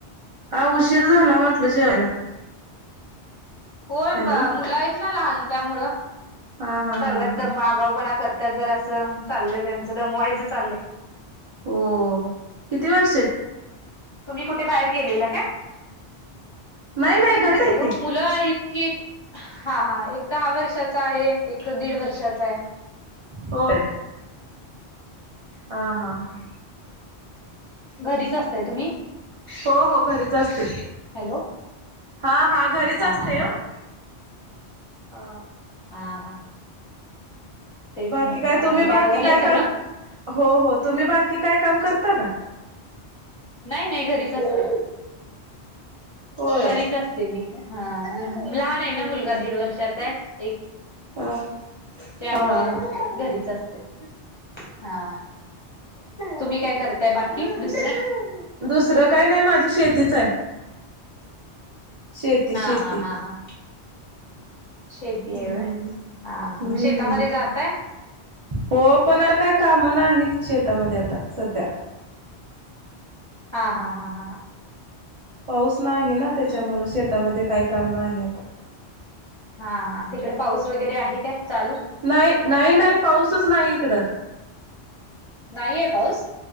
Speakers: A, on the right (about 55°); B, on the left (about 40°).
A: हा उशीर झाला म्हटलं जेवायला.
B: होय
A: हॅलो
B: मुलं आहेत ना लहान त्यामुळं
A: हा हा
B: चाललंय
A: हा हा
B: दम आगाऊपणा करतात जर असं चाललंय त्यांचं दमवायचं चाललंय.
A: हो किती वर्षा
B: तुम्ही कुठे बाहेर गेलेला का
A: नाही नाही घरीच आहे
B: हॅलो
A: की
B: मुलं आहेत कि हा हा एक दहा वर्षाचा आहे एक दीड वर्षाचा आहे.
A: होय हा हा हा
B: घरीच असताय तुम्ही
A: हो हो घरीच असते.
B: हॅलो
A: हा हा घरीच असते
B: हा हा
A: हो
B: हा
A: हा
B: हा हा तेच
A: बाकी
B: म्हंटलं
A: काय तुम्ही
B: आणि
A: बाकी
B: आवरलं
A: काय
B: सगळं
A: काम हो हो तुम्ही बाकी काय काम करता का?
B: नाही नाही घरीच असते
A: होय
B: घरीच असते. ते मी हा लहान
A: हम्म
B: आहे ना मुलगा
A: हम्म
B: दीड वर्षाचा आहे. एक
A: हा
B: त्यामुळं
A: हा हा हा
B: घरीच असते. हा तुम्ही काय करताय बाकी दुसरं?
A: दुसरं काही नाही माझी शेतीच आहे. शेती
B: हा
A: शेती
B: हा हा हा शेती आहे
A: हम्म
B: होय हा
A: हम्म
B: मग शेतामध्ये जाताय?
A: हो पण काय काम नाही आहेत शेतामध्ये आता सध्या
B: हा हा हा हा हा
A: पाऊस नाही आहे ना
B: हा
A: त्याच्यामु शेतामध्ये काही काम नाही आता.
B: हा हा, तिकडे पाऊस वगैरे आहे काय चालू.
A: नाही नाही नाही पाऊसच नाही इकडं.
B: नाहीये पाऊस.